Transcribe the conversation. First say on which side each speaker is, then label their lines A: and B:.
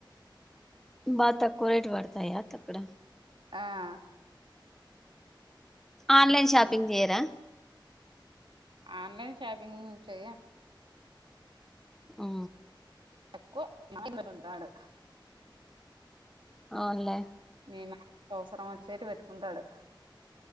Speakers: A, in the centre; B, on the right (about 75°).
A: బా తక్కువ రేట్ పడతాయా అత్త అక్కడ
B: ఆ
A: ఆన్లైన్ షాపింగ్
B: అవును
A: చెయ్యరా
B: ఆన్లైన్ షాపింగ్ చెయ్య
A: ఆ
B: తక్కో <unintelligible> రాడు
A: అవునులే
B: మీ మామకి అవసరం వచ్చేటి పెట్టుకుంటాడు